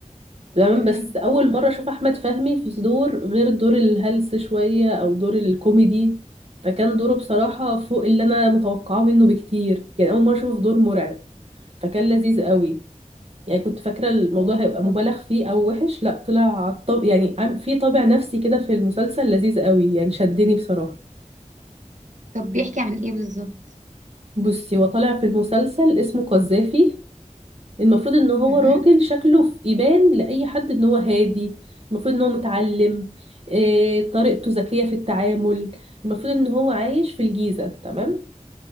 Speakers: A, on the right; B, on the right.
A: تمام
B: اها
A: بس اول مره اشوف احمد فهمي في دور غير دور الهلس شويه او دور الكوميدي فكان دوره بصراحه فوق اللي انا متوقعاه منه بكتير يعني اول مره اشوفه في دور مرعب فكان لذيذ قوي يعني كنت فاكره الموضوع
B: اه
A: هيبقى
B: طب
A: مبالغ فيه او وحش لا طلع طب يعني عم- في طابع نفسي كده في المسلسل لذيذ قوي يعني شدني بصراحه
B: طب بيحكي عن ايه بالظبط
A: بصي هو طالع في المسلسل اسمه قذافي المفروض ان هو
B: اها
A: راجل شكله في يبان لاي حد ان هو هادي المفروض ان هو متعلم إيه طريقته ذكية في التعامل المفروض ان هو عايش في الجيزة تمام